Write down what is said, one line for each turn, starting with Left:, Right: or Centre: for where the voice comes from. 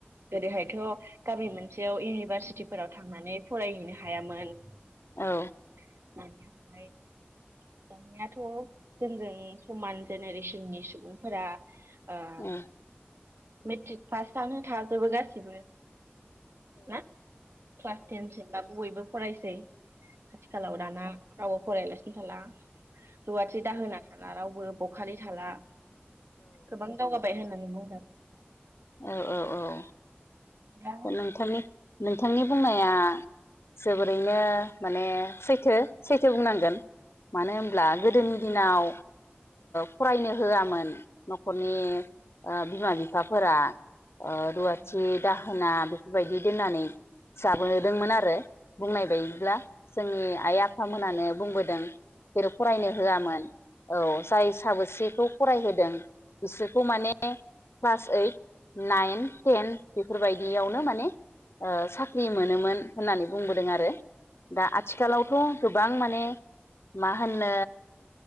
Right: ओरैहाय <unintelligible> गामि मोनसेयाव इउनिभारसिटिफोराव थांनानै फरायहैनो ह हायामोन
Left: औ
Right: <unintelligible> दानियाथ जोंजों समान जेनेरेसननि सुबुंफोरा ओ
Left: उह
Right: मेट्रिक पास जानो थाजोबो गासिबो ना क्लास टेनसिमबाबो बयबो फरायसै आथिखालाव दाना औ फरायलासिनो थाला हौवाथि दा होना थाला रावबो बो बखालि थाला गोबां दावगाबाय होनो <unintelligible>
Left: औ औ औ
Right: दा
Left: नोंथांनि नों बिथांनि बुंनाया जोबोरैनो माने सैथो सैथो बुंनांगोन मानो होनब्ला
Right: औ
Left: गोदोनि दिनाव फरायनो होआमोन न खरनि बिमा बिफाफोरा रुवाथि
Right: औ
Left: दाहो ना बेफोरबायदि दोननानै जाबोदोंमोन आरो बुंनाय बायदिब्ला जोंनि आइ आफामोनानो बुंबोदों जेरै फरायनो होआमोन औ जाय साबोसेखौ फरायहोदों बिसोरखौ माने क्लास ओइट, नाइन, टेन बेफोरबायदियावनो माने साख्रि मोनोमोन। होननानै बुंबोदों आरो दा आथिखालावथ गोबां माने ने मा होननो